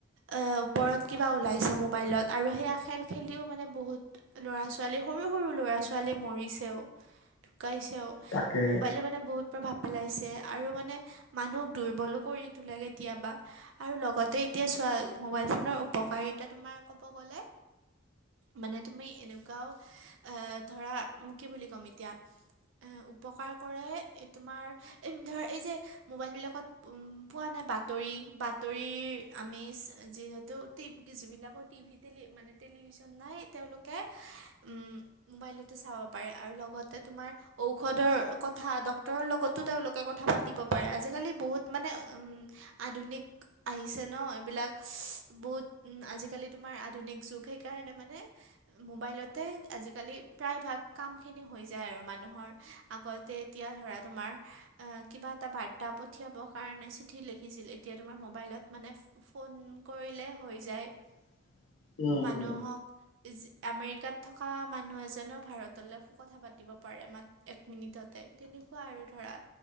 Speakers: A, on the right (about 70°); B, on the left (about 75°).
A: এ ওপৰত কিবা ওলাইছে মোবাইলত আৰু সেয়া খেল খেলিও মানে বহুত। ল'ৰা ছোৱালী সৰু সৰু ল'ৰা ছোৱালী মৰিছেও ঢুকাইছেও।
B: তাকে
A: মোবাইলে মানে বহুত প্ৰভাৱ পেলাইছে। আৰু মানে মানুহক দুৰ্বলো কৰি তোলে কেতিয়াবা। আৰু লগতে এতিয়া মোবাইল ফোনৰ উপকাৰিতা তোমাৰ কব গ'লে। মানে তুমি এনেকুৱাও আ ধৰা কি বুলি ক'ম এতিয়া। এ উপকাৰ কৰে তোমাৰ এই ধৰ এই যে মোবাইলবিলাকত। পোৱা নাই বাতৰি বাতৰিৰ আমি যিহেতুট যিবিলাকৰ টিভিত। টেলি মানে টেলিভিশন নাই তেওঁলোকে উম। মোবাইলতে চাব পাৰে আৰু লগতে তোমাৰ ঔষধৰ কথা ডক্তৰৰ লগতো। তেওঁলোকে কথা পাতিব পাৰে আজিকালি বহুত মানে উম আধুনিক। আহিছে ন এইবিলাক বহুত আজিকালি তোমাৰ আধুনিক যুগ সেইকাৰণে মানে। মোবাইলতে আজিকালি প্ৰায়ভাগ কামখিনি হৈ যায় আৰু মানুহৰ। আগতে এতিয়া ধৰা তোমাৰ। কিবা এটা বাৰ্তা পঠিয়াবৰ কাৰণে চিঠি লিখিছিল এতিয়া তোমাৰ মোবাইলত মানে। ফোন কৰিলে হৈ যায়।
B: <inaudible>
A: মানুহক।
B: উম
A: <inaudible> আমেৰিকাত থকা মানুহ এজনেও ভাৰতলৈ সু কথা পাতিব পাৰে মাত। এক মিনিটতে তেনেকুৱা আৰু ধৰা